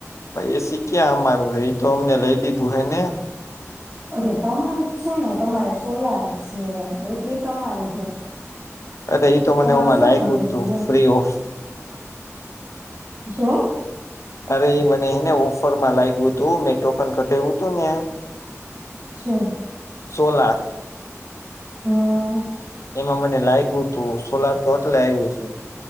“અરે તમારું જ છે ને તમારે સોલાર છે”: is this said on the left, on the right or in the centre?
Right